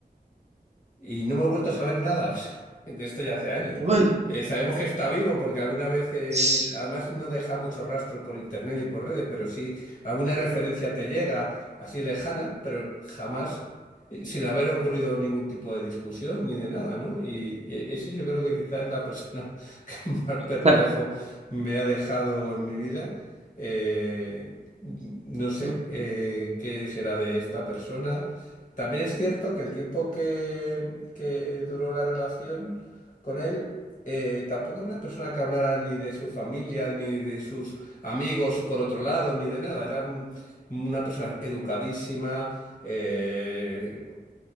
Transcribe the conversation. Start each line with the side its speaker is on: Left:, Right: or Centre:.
Left: Y no hemos vuelto a saber nada <laughs> de esto ya hace años.
Right: uy,
Left: Eh, sabemos que está vivo porque alguna vez, eh,
Right: <sniffs>
Left: ni- además no deja mucho rastro por internet y por redes, pero sí alguna referencia te llega así lejana, pero jamás eh, sin haber ocurrido ningún tipo de discusión ni de nada, ¿no? Y eh, ese yo creo que quizás es la persona <laughs> que más
Right: o
Left: perplejo
Right: sea,
Left: me ha dejado en mi vida. Eh, no sé
Right: no,
Left: eh, qué será de esta persona. También es cierto que el tiempo que, que duró la relación con él, eh, tampoco era una persona que hablara ni de su familia, ni de sus amigos por otro lado, ni de nada. Era un- una persona educadísima, eh,